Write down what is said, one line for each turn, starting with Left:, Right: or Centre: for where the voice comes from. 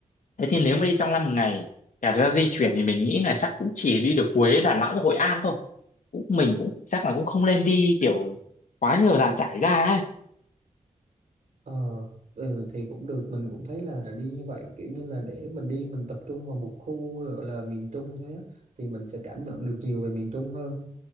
Left: thế thì nếu mà đi trong năm một ngày cả thời gian di chuyển thì mình nghĩ là chắc cũng chỉ đi được Huế Đà Nẵng và Hội An thôi cũng mình cũng chắc là cũng không nên đi kiểu quá nhiều dàn trải ra ấy
Right: Ờ, ừ, thì cũng được mình cũng thấy là đi như vậy kiểu như là để mình đi mình tập trung vào một khu gọi là miền Trung thôi á thì mình sẽ cảm nhận được nhiều về miền Trung hơn